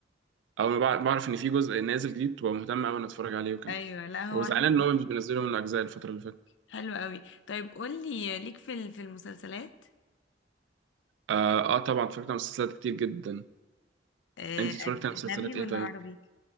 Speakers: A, on the right; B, on the left.
A: اول ما بع- بعرف ان في جزء نازل جديد ببقى مهتم قوي ان اتفرج عليه وكان
B: ايوه لا
A: وزعلان
B: هو حلو
A: ان هو مش بينزله من الاجزاء الفتره اللي فاتت
B: حلو قوي طيب قولي ليك في ال- في المسلسلات
A: آه, اه طبعا اتفرجت على مسلسلات كتير جدا
B: آه،
A: انت اتفرجت
B: اجنبي
A: على مسلسلات
B: ولا
A: ايه طيب
B: عربي